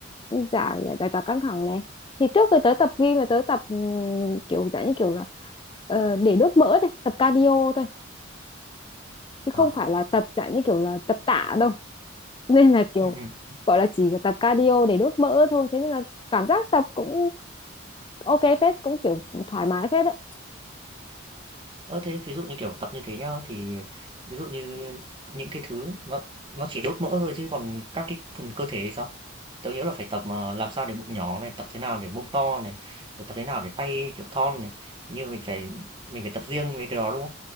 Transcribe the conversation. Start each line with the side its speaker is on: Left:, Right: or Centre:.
Left: giải giải tỏa căng thẳng này thì trước khi tới tập gym là tới tập ừ, kiểu dạng như kiểu là ờ, để đốt mỡ thôi tập cardio thôi
Right: Ờ,
Left: chứ không phải là tập dạng như kiểu là tập tạ đâu <laughs> nên là kiểu
Right: ừ, ừ.
Left: gọi là chỉ tập cardio để đốt mỡ thôi thế nên là cảm giác tập cũng ok phết cũng kiểu thoải mái phết đấy
Right: Ơ, thế ví dụ như, kiểu, tập như thế nhá, thì ví dụ như những cái thứ nó nó chỉ đốt mỡ thôi chứ còn các cái phần cơ thể thì sao? Tớ nhớ là phải tập, mà làm sao để bụng nhỏ này, tập thế nào để mông to này, rồi tập thế nào để tay, kiểu, thon này, hình như mình phải mình phải tập riêng về cái đó, đúng không?